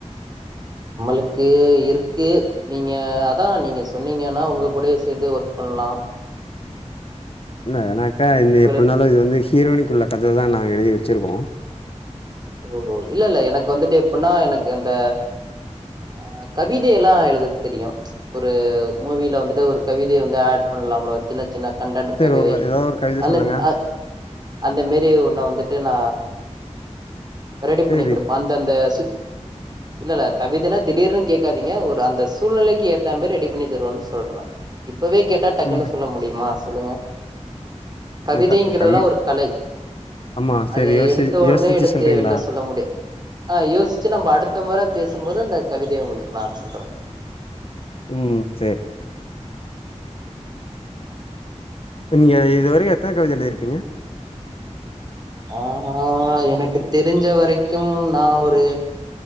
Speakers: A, on the right (about 35°); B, on the left (about 50°).
A: னக்கு இருக்கு நீங்க அதா நீங்க சொன்னீங்கனா உங்க கூடயே சேந்தே ஒர்க் பண்லா
B: என்ன எனா க்குலா இந்த
A: உங்களுக்கு
B: எப்பின்னாலு இது வந்து ஹீரோயினிக்கு உள்ள கததா நா எழுதி வ ச்சுருவோ
A: ஓ இல்லெல்ல எனக்கு வந்துட்டு எப் பின்னா எனக்கு அந்த அ கவிதைய எல்லா எழுத தெரியு ஒரு மூவில வந்துட்டு ஒரு கவிதைய வந்து ஆட் பண்லாம்ல ஒ சின்ன சின்ன கண்டடு
B: சரி
A: கவிதை
B: ஒ ஏதாவது ஒரு கவித
A: அந்த
B: சொல்லுங்க
A: அ அந்த மேறி அப்டியே உன்ன வந்துட்டு நா ரெடி பண்ணி
B: சரி
A: கொடுப்பா அந்த அந்தஷூ இல்ல இல்ல கவிதைனா திடீர்னு கேட்காதீங்க ஒரு அந்த சூழ்நிலைக்கு ஏத்தா மேரி ரெடி பண்ணி தருவேன்னு சொல்றே இப் இப்பவே கேட்டா டக்குன்னு
B: ம்
A: சொல்ல முடியுமா சொல்லுங்க கவிதைங்கிறதெல்லா
B: சரி தப்பு கவி
A: ஒரு கலை
B: ஆமா
A: அது
B: சரி யோசி
A: எடுத்த உடனே
B: யோசிச்சு
A: எடுத்
B: சொல்றீங்களா
A: வெல்ல சொல்ல முடியு ஆ யோசிச்சு நம்ம அடுத்த மொற ட பேசும்போது அந்த கவிதை உங்களுக்கு நா சொல்ற
B: ம் சரி நீங்க இதுவரைக்கு எத்தன கவிதை எழுதிருப்பீங்க
A: ஆ எனக்கு தெரிஞ்ச வரைக்கு நா ஒரு